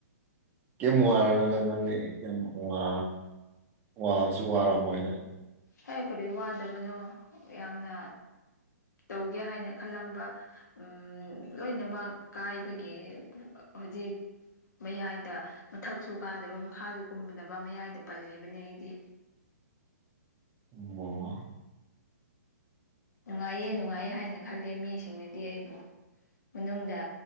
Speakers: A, on the right; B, on the left.
A: ꯀꯝ ꯋꯥ ꯀ ꯋꯥ ꯋꯥꯕꯁꯨ ꯋꯥꯔꯝꯃꯣꯏꯗ
B: ꯍꯦ ꯀꯔꯤ ꯋꯥꯗꯕꯅꯣ ꯌꯥꯝꯅ ꯇꯧꯒꯦ ꯍꯥꯏꯅ ꯈꯜꯂꯝꯕ ꯎꯝ ꯂꯣꯏꯅꯃꯛ ꯀꯥꯏꯕꯒꯤ ꯀ ꯍꯧꯖꯤꯛ ꯃꯌꯥꯏꯗ ꯃꯊꯛꯁꯨ ꯀꯥꯗꯕ ꯃꯈꯥꯁꯨ ꯀꯨꯝꯕꯗꯕ ꯃꯌꯥꯏꯗ ꯄꯜꯂꯤꯕꯅꯦ ꯑꯩꯗꯤ
A: ꯑꯣ
B: ꯅꯨꯡꯉꯥꯏꯌꯦ ꯅꯨꯡꯉꯥꯏꯌꯦ ꯍꯥꯏꯅ ꯈꯂꯦ ꯃꯤꯁꯤꯡꯅꯗꯤ ꯑꯩꯕꯨ ꯃꯅꯨꯡꯗ